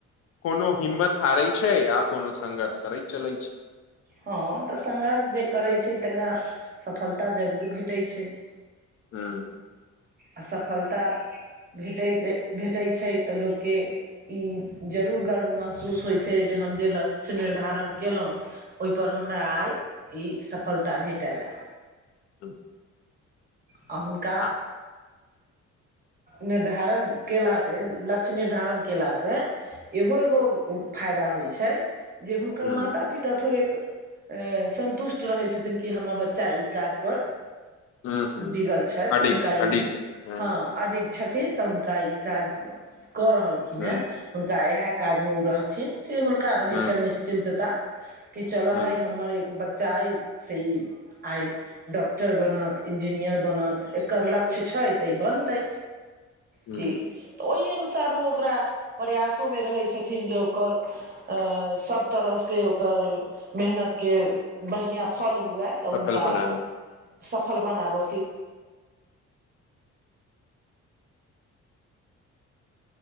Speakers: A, on the left; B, on the right.
A: कोनो हिम्मत हारै छै आ कोनो संघर्ष करैत चलै छैय
B: हँ तऽ संघर्ष जे करैत छै तकरा सफलता जरूर भेटै छैय
A: हूँ
B: अ सफलता भेटै जे भेटै छै तऽ लोककेँ ई जरूर गर्व महसूस होइ छै जे हम जे लक्ष्य निर्धारण केयलौं ओयपर हमरा आइ ई सफलता भेटल एय
A: <inaudible>
B: आ हुनका
A: आ
B: निर्धारण केला से लक्ष्य निर्धारण केला से इहो एगो उ फायदा होइ छै जे हुनकर
A: हूँ
B: माता पिता थोड़े क अय संन्तुष्ट रहै छथिन कि हम्मर बच्चा ई काज पर
A: हूँ हूँ
B: डिगल छइथ
A: अडिग
B: हुनका ई
A: अडिग हूँ
B: हाॅं अडिग छथिन तऽ हुनका ई काज कऽ रहलखिन
A: हूँ
B: हेँ हुनका इएह काजमे ओ रहथिन से हुनका रहै
A: हूँ
B: छनि
A: हूँ
B: निश्चिन्तता कि चलऽ
A: हूँ
B: भाइ हमर एक बच्चा अइ से ई आइ डॉक्टर बनत इन्जीनियर बनत एकर लक्ष्य छै तऽ ई बनतै
A: हूँ
B: ठीक तऽ ओहि अनुसार ओ ओकरा प्रयासोमे रहै छथिन जे ओकर सभ तरहसँ ओकर मेहनत कऽ बढ़िआँ फल हुए तऽ हुनका
A: सफल बनाबै
B: सफल बनाबयके